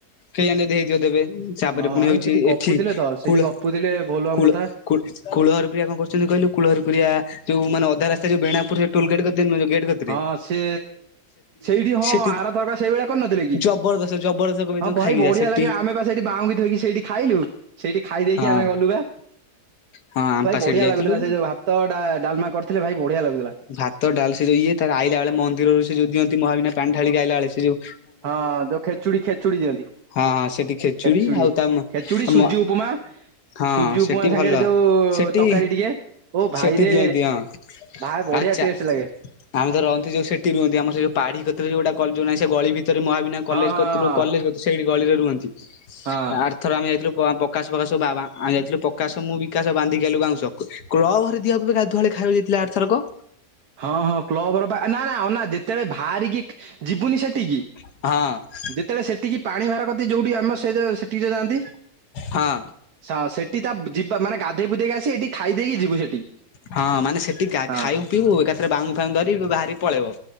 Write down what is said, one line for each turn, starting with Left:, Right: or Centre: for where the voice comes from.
Left: କେ ଜାଣି ହେଇଥିବ ଦେବେ ତାପରେ
Right: ହଁ
Left: ପୁଣି
Right: ଆଉ
Left: ହେଉଛି
Right: ସେଠି ଗପୁଥିଲେ
Left: ଏଠି
Right: ତ ସେଇଠି
Left: କୂଳ
Right: ଗପୁଥିଲେ ବୋଲବମ୍
Left: କୂଳ
Right: କଥା
Left: କୁଳ କୁଳହରିପରିଆ କଣ କରୁଛନ୍ତି କହିଲୁ କୁଳହରିପୁରିଆ ଯୋଉ ମାନେ ଅଧା ରାସ୍ତା ଯୋଉ ବେଣା ପୁରିଆରଟୋଲେ ଗେଟ୍ କରିଥି
Right: ହଁ ସେ ସେଇଠି ହଁ
Left: ସେଠି
Right: ଆର ଥରକ ସେଇଭଳିଆ କରିନଥିଲେ କି
Left: ଜବରଦସ୍ତ ଜବରଦସ୍ତ କହିବେ
Right: ହଁ
Left: ତମେ
Right: ଭାଇ
Left: ଖାଇକି
Right: ବଢିଆ
Left: ଯା ସେଠି
Right: ଲାଗେ ଆମେ ବା ସେଇଠି ବାହୁଙ୍ଗି ଥୋଇକି ସେଇଠି ଖାଇଲୁ ସେଇଠି ଖାଇ ଦେଇକି
Left: ହଁ
Right: ଆମେ ଗଲୁ ବା
Left: ହଁ ଆମପା
Right: ଭାଇ ବଢିଆ
Left: ସେଇଠି ଯାଇଥିଲୁ
Right: ଲାଗୁଥିଲା ସେ ଯୋଉ ଭାତ ଟା ଡାଲମା କରିଥିଲେ ଭାଇ ବଢିଆ ଲାଗୁଥିଲା।
Left: ଭାତ ଡାଲ ସେ ଯୁ ଇଏ ତାର ଆଇଲା ବେଳେ ମନ୍ଦିରରୁ ସେ ଯୁ ଦିଅନ୍ତି ମହାବିନା ପାଣି ଢାଳି ଆଇଲା ସେ ଯୁ
Right: ହଁ ଦ ଖେଚୁଡି ଖେଚୁଡି ଦିଅନ୍ତି।
Left: ହଁ ହଁ ସେଠି
Right: ଖେଚୁଡି
Left: ଆଉ ତା ମ
Right: ଖେଚୁଡି ସୁଜି
Left: ମ
Right: ଉପମା
Left: ହଁ
Right: ସୁଜି ଉପମା
Left: ସେଠି
Right: ସାଙ୍ଗରେ
Left: ଭଲ।
Right: ଯୋଉ
Left: ସେଠି
Right: ତରକାରୀ ଟିକେ ଓ ଭାଇରେ
Left: ସେଠି ଦିଅନ୍ତି ହଁ
Right: ଭା ବଢିଆ
Left: ଆଚ୍ଛା
Right: ଟେଷ୍ଟ ଲାଗେ।
Left: ଆମେ ଯ ରହନ୍ତି ଯୋଉ ସେଠି ରୁହନ୍ତି ଆମର ସେ ଯୁ ପାଢି କ୍ଷତରେ ଯୁ ଗୋଟେ କଯୁ ନାହିଁ ସେ ଯୋଉ ଗଳି ଭିତରେ ମହାବିନାୟ କଲେଜ
Right: ହଁ ହଁ
Left: କତ୍ରୁ କଲେଜ ସେଇଠି ଗଳିରେ ରୁହନ୍ତି
Right: ହଁ
Left: ଆରଥରକ ଆମେ ଯାଇଥିଲୁ ପକାଶ ଫକାଶ ସବୁ ବାବା ଆମେ ଯାଇଥିଲୁ ପ ପକାଶ ମୁଁ ବିକାଶ ବାନ୍ଧିକି ଆଇଲୁ ବାଉଁଶ କ୍ଲବ ଘରେ ଦିଆ ହୁଏ ଗାଧୁଆଳେ ଖାଇବାକୁ ଯାଇଥିଲା ଆରର୍ଥରକ
Right: ହଁ ହଁ କ୍ଲବ ଘର ବା ନା ନା ଅନା ଯେତେବେଳେ ବାହାରିକି ଯିବୁନି ସେଠିକି
Left: ହଁ।
Right: ଯେତେବେଳେ ସେଠିକି ପାଣି ଭାର କତି ଯୋଉଠି ଆମ ସେ ଯୋ ସେଠି କି ଯୁ ଯାଆନ୍ତି।
Left: ହଁ।
Right: ହଁ ସେଠି ତା ଯିବା ମାନେ ଗାଧୋଇ ପୁଧେଇକ ଆସି ଏଠି ଦେଇକି ଯିବୁ ସେଠିକି।
Left: ହଁ ମାନେ ସେଠି କା
Right: ହଁ
Left: ଖାଇବୁ ପିଉବୁ ଏକାଥରେ ବାଙ୍ଗ ଫାଙ୍ଗ ଧରି ବ-ବାହାରି ପଳେଇବ।